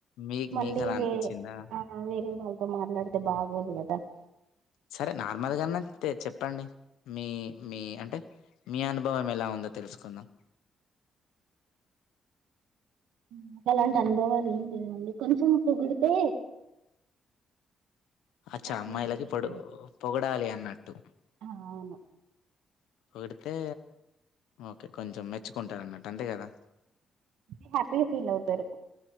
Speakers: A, on the left; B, on the right.
A: మీకు
B: మళ్ళీ
A: మీకు అలా
B: వే
A: అనిపిచ్చిందా?
B: ఆ వేరే వాళ్ళతో మాట్లాడితే బాగోదు కదా ఆ
A: సరే నార్మల్గాన్నా తే చెప్పండి మీ మీ అంటే మీ అనుభవం ఎలా ఉందో తెలుసుకుందాం
B: నాకు అలాంటి అనుభవాలు ఏం లేవండి కొంచెం పొగిడితే
A: అచ్చా
B: హ్యాపీగా
A: అమ్మాయిలకి
B: ఫీల్
A: ఇపుడు
B: అవుతారు
A: పొగడాలి అన్నట్టు
B: ఆ అవును
A: పొడితే, ఓకే కొంచెం మెచ్చుకుంటారు అన్నట్ అంతే కదా
B: హ్యాపీ ఫీలౌతరు.